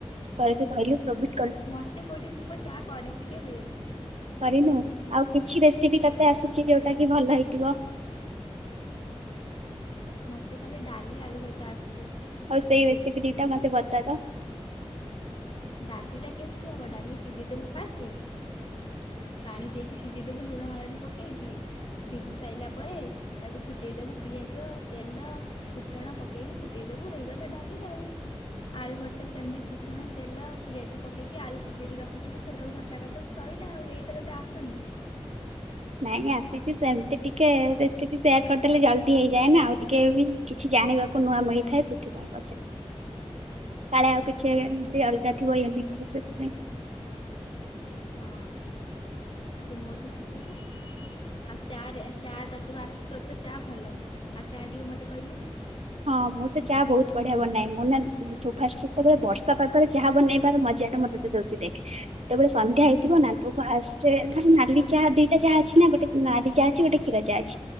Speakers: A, on the right; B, on the left.
A: କହିଲୁ କହିଲୁ ପ୍ରଭି
B: ମୋତେ କଉଁଠି ମୁପା ଚା କରିଚି କେବେ?
A: କରିନୁ ଆଉ କିଛି ରେସିପି ତତେ ଆସିଛି ଯୋଉଟାକି ଭଲ ହେଇଥିବ?
B: ମୋତେ ଖାଲି ଡାଲି ଆଳୁ ଭର୍ତ୍ତା ଆସିୁଛି।
A: ହଉ ସେଇ ରେସିପି ଦିଟା ମତେ ବତାତ?
B: ଡ଼ାଲିଟା କେମିତି ହବ ଡ଼ାଲି ସିଝେଇ ଦେବୁ ଫାଷ୍ଟେ ପାଣି ଦେଇକି ସି ଜେଇଦବୁ ଲୁଣ ହଳଦୀ ପକେଇକିି ସିଝି ସାରିଲା ପରେ ତାକୁ ଫୁଟେଇ ଦବୁ ପିଆଜ ତେଲ ଫୁଟଣ ପକେଇକି ଫୁଟେଇଦବୁ ହେଇଗଲା ଡ଼ାଲି ଆଉ ଆଳୁ ଭର୍ତା ସେମିତି ଫୁଟଣ ତେଲ ଆଉ ପିଆଜ ପକେଇକି ଆଳୁ ସିଝେଇକି ରଖିଥିବୁ ସେଗୁଡ଼ାକୁ ଭର୍ତା କରିଦେବୁ ସଇଲା ଆଉ ଏଇଟା ତତେ ଆସୁନି?
A: ନାଇଁ ଆସିଛି ସେମିତି ଟିକେ ରେସିପି ସେୟାର କରିଦେଲେ ଜଲ୍ଦି ହେଇଯାଏ ନା ଆଉ ଟିକେବି କିଛି ଜାଣିବାକୁ ନୂଆ ମିଳିଥାଏ ସେଥିପାଇଁ ପଚାରିଲି। କାଳେ ଆଉ କିଛି ଏମିତି ଅଲଗା ଥିବ ୟୁନିକ୍ ଥିବ ସେଥିପାଇଁ।
B: ହଁ ଆଉତୁ ମୋଠୁ ସିକିବୁ? ଆଉ ଚାରେ ଚା ତୋତେପା ଆସୁଚି ତୋରତ ଚା ଭଲ ଆଉ ଚା ଟିକିଏ ମୋତେ କହିଲୁ?
A: ହଁ ମୁଁତ ଚାହା ବହୁତ୍ ବଢ଼ିଆ ବନାଏ ମୁଁନା ସୋ ଫାଷ୍ଟେ ଯେତେବେଳେ ବର୍ଷା ପାଗରେ ଚାହା ବନେଇବାର ମଜାଟା ମତେ ଶିଖେଇ ଦେଉଛି ଦେଖ ଯେତେବେଳେ ସନ୍ଧ୍ୟା
B: ହୁଁ
A: ହେଇଥିବ ନା ତୁ ଫାଷ୍ଟେ ଧର ନାଲି ଚାହା ଦିଟା ଚାହା ଅଛିନା ଗୋଟେ ନାଲି ଚାହା ଅଛି ଗୋଟେ କ୍ଷୀର ଚାହା ଅଛି।